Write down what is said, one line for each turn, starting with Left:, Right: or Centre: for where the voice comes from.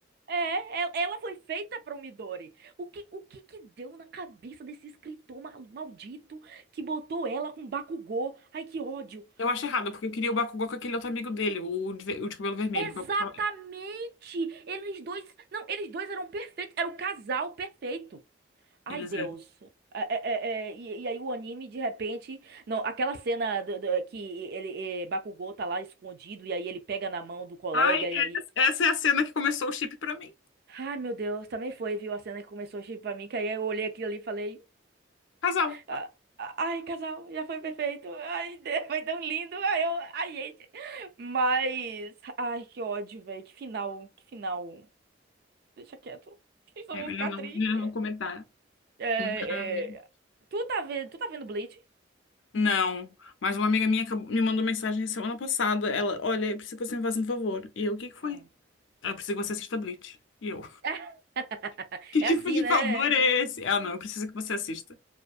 Right: É, e- ela foi feita para o Midori. O que, o que que deu na cabeça desse escritor mal- maldito que botou ela com Bakugou? Ai, que ódio.
Left: Eu acho errado, porque eu queria o Bakugou com aquele outro amigo dele, o de, ve- o de cabelo vermelho,
Right: Exatamente!
Left: porque eu gostava...
Right: Eles dois. Não, eles dois eram perfeitos. Era o casal perfeito. Ai,
Left: Eles
Right: Deus.
Left: é.
Right: É, é, é, é, e, e aí o anime, de repente. Não, aquela cena do- do- que ele, é, Bakugou tá lá escondido, e aí ele pega na mão do colega,
Left: Ai,
Right: e aí.
Left: é- essa é a cena que começou o chip pra mim.
Right: Ai, meu Deus, também foi, viu? A cena que começou a chip pra mim, que aí eu olhei aquilo ali e falei.
Left: Casal.
Right: "Ah, ah, Ai, casal, já foi perfeito. Ai, <laughs> Deus, foi tão lindo. Ai, eu, ai, gente. Mas, ai, que ódio, velho. Que final, que final. Deixa quieto. <laughs> Só
Left: É,
Right: vou
Left: melhor
Right: ficar
Left: não,
Right: triste.
Left: melhor não comentar.
Right: É,
Left: Ai,
Right: é, Tu tá vendo, tu tá vendo Bleach?
Left: Não, mas uma amiga minha acabou- me mandou mensagem semana passada. Ela, olha, eu preciso que você me faça um favor. E eu, o que que foi?
Right: Hum.
Left: Ela, eu preciso que você assista Bleach. E eu,
Right: <laughs>
Left: <laughs> que
Right: É
Left: tipo
Right: assim,
Left: de
Right: né?
Left: favor é esse? Ela, não, eu preciso que você assista.